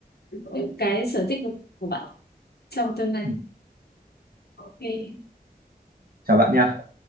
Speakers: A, on the left (about 80°); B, on the right (about 70°).
A: những cái sở thích của bạn trong tương lai
B: ừ,
A: ok
B: chào bạn nha.